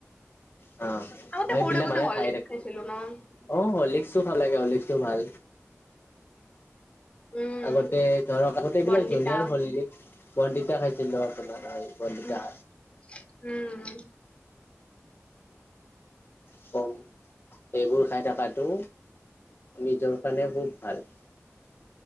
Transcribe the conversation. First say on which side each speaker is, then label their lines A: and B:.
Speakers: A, on the left; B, on the left.
A: অ,
B: আগতে
A: সেইবিলাক
B: সৰু, থাকোতে
A: মানে
B: হৰলিক্স
A: খাই থাকো।
B: খাইছিলো ন।
A: অ, হলিক্সো ভাল লাগে, হলিক্সটো ভাল।
B: উম,
A: আগতে ধৰক আগতে, এইবিলাক
B: বনবিতা
A: জুনিয়াৰ হৰলিক্স বনবিতা খাইছিলোঁ, আপোনাৰ হয় বিনবিতা
B: উম, উম,
A: সেইবোৰ, খাই থকাতটো নিজৰ কাৰণে খুব ভাল।